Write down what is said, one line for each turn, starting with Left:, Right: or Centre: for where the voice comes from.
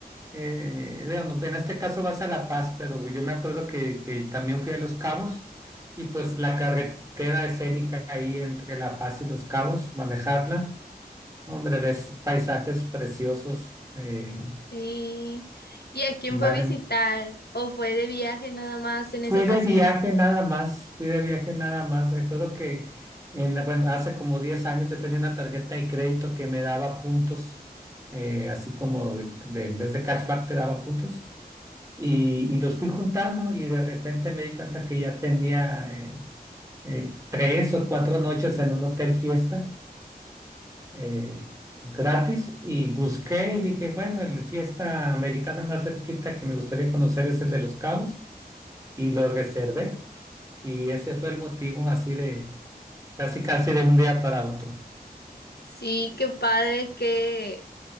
Right: Eh, digamos, en este caso vas a La Paz, pero yo me acuerdo que, que también fui a Los Cabos y pues la carretera escénica ahí entre La Paz y Los Cabos, manejarla, hombre, ves paisajes preciosos, eh,
Left: Sí. ¿Y a quién
Right: valen.
Left: fue a visitar? ¿O fue de viaje nada más en
Right: Fui
Left: esa ocasión?
Right: de viaje nada más, fui de viaje nada más. Recuerdo que en, bueno, hace como 10 años yo tenía una tarjeta de crédito que me daba puntos, eh, así como de, de- en vez de cashback te daba puntos. y, y los fui juntando y de repente me di cuenta que ya tenía eh, eh, tres o cuatro noches en un hotel fiesta eh, gratis y busqué y dije, bueno, el fiesta americana más cerquita que me gustaría conocer es el de Los Cabos y lo reservé y ese fue el motivo así de casi casi de un día para otro.
Left: Sí, qué padre, que